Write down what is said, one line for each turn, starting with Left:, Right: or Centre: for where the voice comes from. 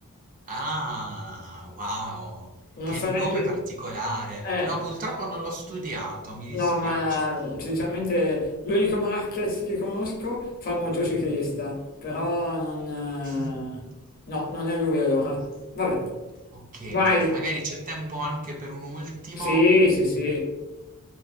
Right: Ah, wow,
Left: Non
Right: che
Left: so neanche...
Right: nome particolare.
Left: Eh,
Right: No, purtroppo non l'ho studiato, mi dispiace.
Left: no, ma sinceramente l'unico Marquez che conosco fa il motociclista, però non...
Right: <laughs>
Left: eh, No, non è lui allora. Vabbè,
Right: Ok,
Left: vai.
Right: magari c'è tempo anche per un ultimo.
Left: Sì, sì, sì. E